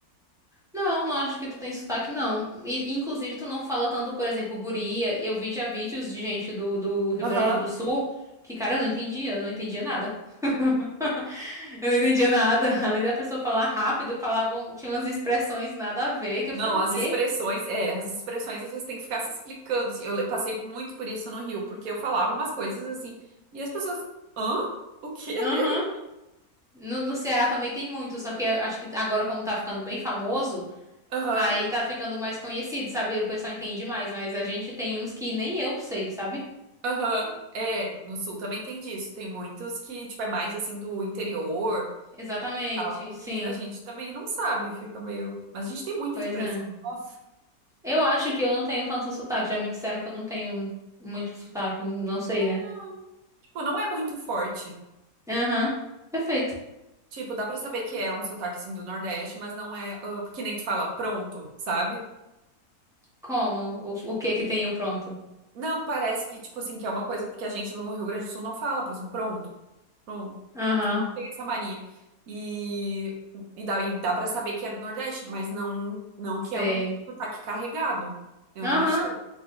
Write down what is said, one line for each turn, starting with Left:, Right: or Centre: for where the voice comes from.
Centre: Não, não acho que tu tem sotaque, não. E, inclusive, tu não fala tanto, por exemplo, guria. E Eu vi já vídeos de gente do, do Rio
Right: Aham.
Centre: Grande do Sul que, cara, eu não entendia, eu não entendia nada. <laughs> Eu não entendia nada. <laughs> Além da pessoa falar rápido, falavam, tinha umas expressões nada a ver, que eu
Right: Não,
Centre: ficava,
Right: as
Centre: o quê?
Right: expressões, é, as expressões às vezes tem que ficar se explicando, assim. Eu le- passei muito por isso no Rio, porque eu falava umas coisas assim, e as pessoas, hã? O quê? <laughs>
Centre: Aham. No, no Ceará também tem muito, só que eu acho que agora, como tá ficando bem famoso,
Right: Aham,
Centre: aí tá ficando mais conhecido, sabe? O pessoal entende mais, mas a gente tem uns que nem eu sei, sabe?
Right: aham. É, no Sul também tem disso. Tem muitos que, tipo, é mais assim do interior,
Centre: Exatamente,
Right: tal,
Centre: sim.
Right: que a gente também não sabe, fica meio. Mas a gente tem muita
Centre: Pois
Right: expressão.
Centre: é.
Right: Nossa,
Centre: Eu acho que eu não tenho tanto sotaque. Já me disseram que eu não tenho muito sotaque, não sei, né?
Right: não, tipo, não é muito forte.
Centre: Aham. Perfeito.
Right: Tipo, dá pra saber que é um sotaque assim do Nordeste, mas não é, ah, porque nem tu fala pronto, sabe?
Centre: Como? O, o que que tenho pronto?
Right: Não, parece que, tipo assim, que é uma coisa porque a gente no Rio Grande do Sul não fala, por exemplo, pronto, pronto.
Centre: Aham.
Right: Tipo, não tem essa mania. E, e dá, e dá pra saber que é do Nordeste, mas não, não
Centre: Sei.
Right: que é um sotaque carregado. Eu
Centre: Aham.
Right: não achei.